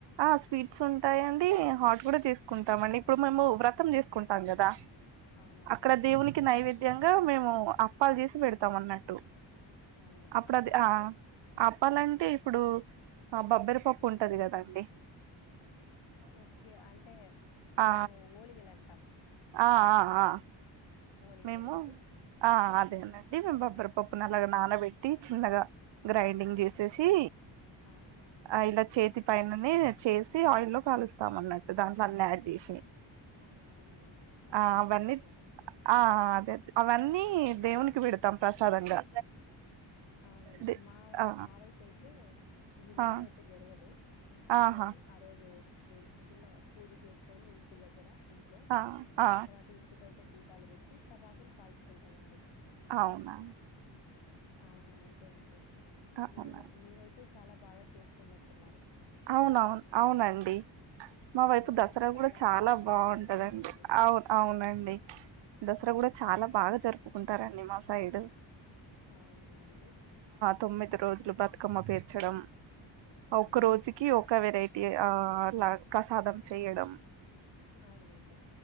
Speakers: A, on the right (about 70°); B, on the left (about 85°).
A: ఆ స్వీట్స్ ఉంటాయిండి హాట్ కూడా చేసుకుంటామ అండి ఇప్పుడు మేము వ్రతం చేసుకుంటాం కదా
B: అవునవునండి.
A: అక్కడ దేవుకి నైవేద్య విధ్యంగా మేము అప్పాలు చేసి పెడతాం అన్నట్టు
B: అవునా!
A: అప్పుడది
B: అప్పాలంటే
A: అపప్పాలంటే ఇప్పుడు ఆ బబ్బెరపప్పు ఉంటది కదండి
B: ఓకే అంటే
A: ఆ
B: మేము ఓలిగాలు అంటాం
A: ఆ ఆ ఆ
B: ఓలిగలేనండి?
A: మేము ఆ అ అదేనండి మేము బబ్బెరపప్పు న అలాగా నానబెట్టి చిన్నగా గ్రైండింగ్
B: అవును.
A: చేసేసి
B: ఆ!
A: ఆ ఇలా చేతి పైననే చేసి ఆయి లో కలుస్తాం అన్నట్టు దాంట్లో అన్ని యాడ్ చేసి
B: అవునా అండి చాలా
A: ఆ
B: బాగా
A: అవన్నీ
B: చెప్పారు
A: ఆ అదే అవన్నీ దేవునికి పెడతాం ప్రసాదంగా
B: అవునండి
A: దే
B: మా
A: ఆ
B: మావైపు అయితే ఈవిధంగా
A: ఆ
B: అయితే జరగదు
A: ఆహా
B: కేవలం ఆరోజు లేదు చిన్న పూజ చేసుకొని ఇంటి దగ్గర ఇంట్లో
A: ఆ ఆ
B: తర్వాత ఇంటి బయట దీప్ పాలు పెట్టి టపాసులు కాల్చుకుంటామండి
A: అవునా
B: అవును అంతే అండి
A: అవునా
B: మీవ మివైపు చాలా బాగా చేస్తున్నట్టు ఉన్నారు
A: అవునవును అవునండి మా వైపు
B: అందుకే
A: దసరా
B: మీకు
A: కూడా చాలా బాగుంటదండి
B: నచ్చిన పండుగ అయిపోయింది.
A: అవును అవునండి దసరా
B: ఆ!
A: కూడా చాలా బాగా జరుపుకుంటారండి మా సైడు
B: ఆ అవునండి.
A: తొమ్మిది రోజులు బతుకమ్మ పేర్చడం
B: అవునండి
A: ఒక్క రోజుకి ఒక వెరైటీ ఆ లాగా ప్రసాదం చేయడం
B: అవునులేండి